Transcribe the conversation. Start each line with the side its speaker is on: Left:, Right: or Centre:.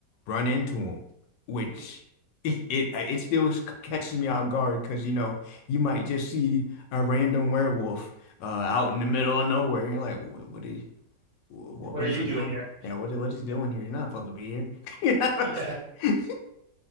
Left: run into them, which
Right: mm.
Left: it it, uh, it still catches me off guard because you know you might just see a random werewolf uh, out in the middle of nowhere. You're like, what, what is what,
Right: What
Left: what
Right: are you
Left: is he
Right: doing
Left: doing?
Right: here? <laughs>
Left: Yeah, what what is he doing here? You're not supposed to be here.
Right: Yeah,
Left: <laughs>